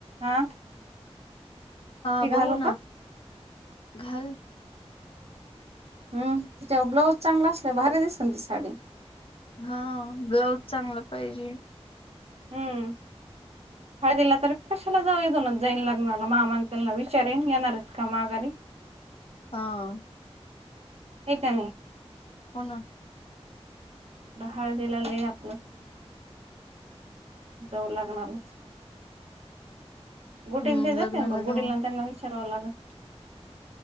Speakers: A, on the right; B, on the left.
A: हा.
B: हा
A: ती
B: बघू
A: घालू
B: ना.
A: का
B: घालू -
A: हम्. तिचा ब्लाऊज चांगला असला, भारी दिसेल ती साडी.
B: हा. ब्लाऊज चांगला पाहिजे.
A: हम्म हळदीला तर कशाला जाऊ? इथूनच जाईन लग्नाला मामान त्यांना विचारेन येणारेत का माघारी?
B: हा.
A: हाय का नाही?
B: हा ना.
A: हळदीला लई आपलं- जाऊ लग्नालाच. गुडीं
B: हम्म
A: ते
B: लग्नाला
A: जाते ना बघ. गुडीना
B: जाऊ
A: त्यांना विचारावं लागल.